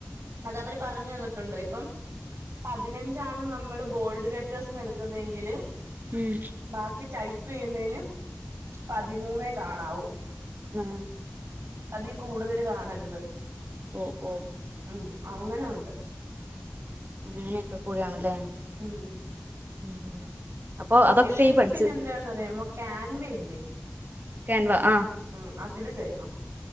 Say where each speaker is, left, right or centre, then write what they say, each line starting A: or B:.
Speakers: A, on the right; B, on the right.
A: അത് അവര് പറഞ്ഞു തന്നിട്ടുണ്ട് ഇപ്പം പതിനഞ്ചാണ് നമ്മള് ബോൾഡ് ലെറ്റേഴ്സിന് എടുക്കുന്നതെങ്കില്
B: ഉം
A: ബാക്കി ടൈപ്പ് ചെയ്യുന്നേനും പതിമൂന്നേ കാണാവൂ
B: ആഹ്
A: അതി കൂടുതൽ കാണരുത്
B: ഓഹ് ഓഹ്
A: ഉം അങ്ങനൊണ്ട്
B: അങ്ങനൊക്കെ കൂടിയാണല്ലേ
A: ഉം
B: ഉം അപ്പൊ അതൊക്കെ
A: ഇല്ലെങ്കിൽ
B: ഈ പഠിച്ച്
A: പിന്നെ എന്താന്നറിയാമോ കാൻവേ ഇല്ലേ
B: ക്യാൻവാ ആഹ്
A: ഉം അതില് ചെയ്യണം